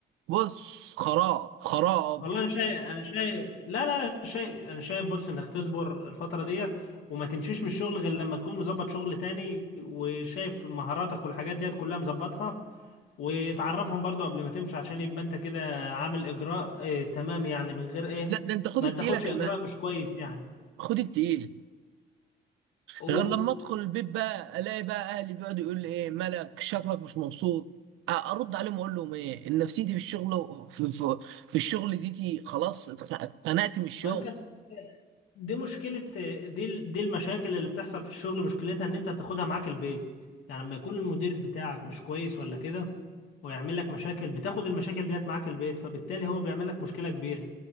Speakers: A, on the right; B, on the left.
A: بص خراب خراب
B: والله انا شايف انا شايف لا لا شايف انا شايف بص انك تصبر الفتره ديت وما تمشيش من الشغل غير لما تكون مظبط شغل تاني وشايف مهاراتك والحاجات ديت كلها مظبطها وتعرفهم برضو قبل ما تمشي عشان يبقى انت كده عامل اجراء اه تمام يعني من غير ايه
A: لا ده انت خد
B: ما
A: التقيله
B: تاخدش
A: كمان
B: اجراء مش كويس يعني
A: خد التقيله
B: قول
A: غير لما ادخل البيت بقى الاقي بقى اهلي بيقعدوا يقول لي ايه مالك شكلك مش مبسوط أ- ارد عليهم اقول لهم ايه ان نفسيتي في الشغل في, في, في الشغل ديتي خلاص اتخ- اتخنقت من الشغل
B: ما انت بت- دي مشكلة دي ال- دي المشاكل اللي بتحصل في الشغل مشكلتها ان انت بتاخدها معاك البيت يعني لما يكون المدير بتاعك مش كويس ولا كده ويعمل لك مشاكل بتاخد المشاكل ديت معاك البيت فبالتالي هو بيعمل لك مشكلة كبيرة